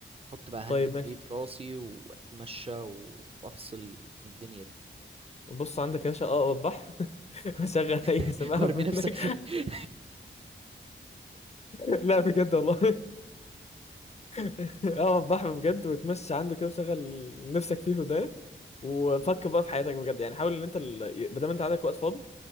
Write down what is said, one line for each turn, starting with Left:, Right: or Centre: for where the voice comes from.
Right: احط بقى هاند
Left: طيب
Right: فري
Left: ماشي
Right: في راسي واتمشى و- وافصل من الدنيا دي
Left: بص عندك يا باشا اه وضح <laughs> وشغل اي
Right: <laughs>
Left: سماعه
Right: وارمي نفسك
Left: منك
Right: فيه
Left: <laughs> لا بجد والله <laughs> اه وضح بجد وتمشي عنده كده وشغل نفسك فيه في ودانك وفكر
Right: مم.
Left: بقى في حياتك بجد يعني حاول ان انت ال... بدل ما انت عندك وقت فاضي